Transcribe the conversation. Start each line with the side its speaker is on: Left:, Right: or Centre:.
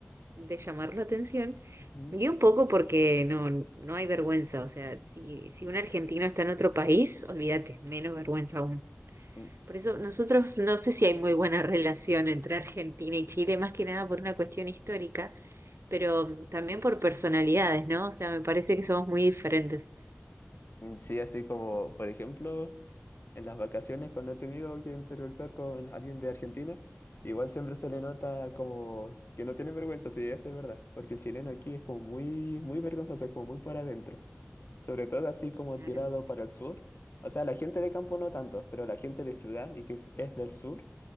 Right: de llamar la atención
Left: Ujú.
Right: y un poco porque no, no hay vergüenza, o sea, si, si un argentino está en otro país, olvídate, menos vergüenza aún.
Left: Mm,
Right: Por eso nosotros no sé si hay muy buena <laughs> relación entre Argentina y Chile, más que nada por una cuestión histórica, pero también por personalidades, ¿no? O sea, me parece que somos muy diferentes.
Left: mm, Sí, así como, por ejemplo, en las vacaciones cuando he tenido que interactuar con alguien de Argentina, igual siempre se le nota como que no tiene vergüenza, sí, eso es verdad, porque el chileno aquí es como muy, muy vergonzoso, es como muy para adentro, sobre todo así como
Right: Claro,
Left: tirado para el sur. O sea, la gente de campo no tanto, pero la gente de ciudad y que es, es del sur